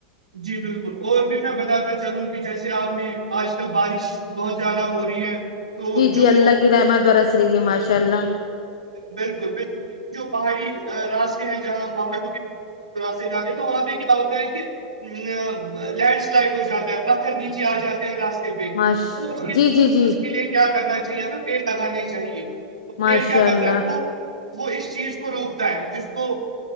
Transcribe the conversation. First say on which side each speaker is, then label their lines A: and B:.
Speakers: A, on the right (about 80°); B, on the left (about 70°).
A: جی بالکل اور بھی میں بتاتا چلوں کہ جیسے آپ نے آج کل بارش بہت زیادہ ہو رہی ہے تو
B: جی جی
A: جو
B: اللہ کی رحمت برس رہی ہے ماشاء اللہ
A: بالکل بالکل لیکن جو پہاڑی راستے ہیں جہاں پہاڑوں کے سے جاتے تو وہاں پہ کیا ہوتا ہے کہ ا لینڈ سلائڈ ہو جاتا ہے پتھر نیچے آ جاتے ہیں راستے پ
B: ماش
A: تو اس کے
B: جی جی جی
A: اس کے لیے کیا کرنا چاہیے ہمیں پیڑ لگانے چاہیے
B: ماشاء
A: پیڑ کیا کہتا
B: اللہ
A: ہے وہ وہ اس چیز کو روکتا ہے جس کو